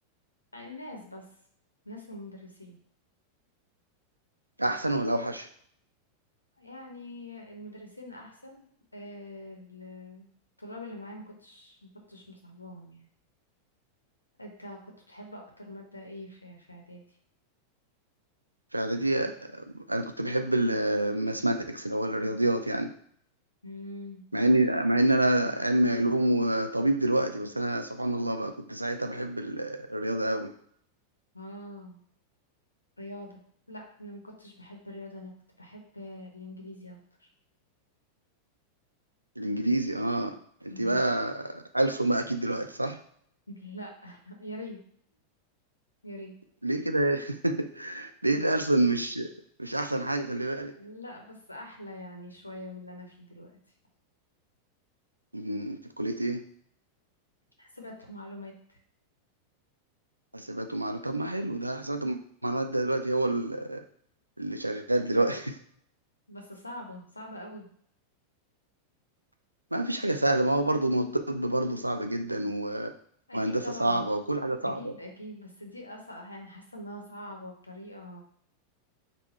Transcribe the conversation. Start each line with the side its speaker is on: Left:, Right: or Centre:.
Left: والناس بس ناس والمدرسين
Right: احسن ولا اوحش
Left: يعني المدرسين أحسن آه، الطلاب اللي معايا ما كنتش ما كنتش مصاحباهم يعني انت كنت بتحب أكتر مادة ايه في في إعدادي؟
Right: في اعدادي انا كنت بحب الماثماتكس اللي هو الرياضيات يعني
Left: امم
Right: مع اني مع ان انا علمي علوم وطبيب دلوقتي بس انا سبحان الله بقى كنت ساعتها بحب ال- الرياضة قوي
Left: اه رياضة لا أنا ما كنتش بحب الرياضة أنا كنت بحب الإنجليزي أكتر
Right: الانجليزي اه انت
Left: مم.
Right: بقى ألسن بقى اكيد دلوقتي صح
Left: <laughs> لا <laughs> يا ريت يا ريت
Right: ليه كده <laughs> ليه
Left: ميري
Right: ألسن مش مش احسن حاجه خلي بالك
Left: لا بس احلى يعني شوية من اللي انا فيه دلوقتي
Right: مم، انت في كليه ايه
Left: حسبت معلومات
Right: حسابات ومعلومات طب ما حلو ده حسابات ومعلومات ده دلوقتي هو ال- اللي شغال دلوقتي
Left: بس صعبة صعبة قوي
Right: <laughs> ما فيش حاجه سهله ما هو برضه ما هو الطب برضه صعب جدا و...
Left: اكيد
Right: وهندسه
Left: طبعا
Right: صعبه وكل حاجه
Left: اكيد
Right: صعبه
Left: اكيد بس دي اصعب يعني حاسة انها صعبة بطريقة